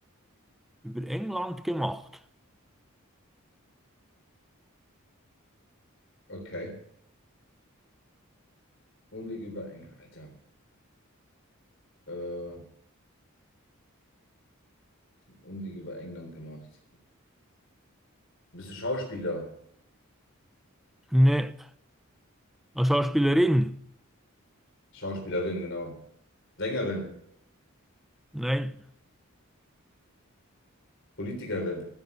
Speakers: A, in the centre; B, on the left (about 55°).
A: über England gemacht.
B: Okay. Umweg über England, Alter. Äh, Umweg über England gemacht. Bist du Schauspieler?
A: Ne, als Schauspielerin.
B: Schauspielerin, genau. Sängerin.
A: Nein,
B: Politikerin,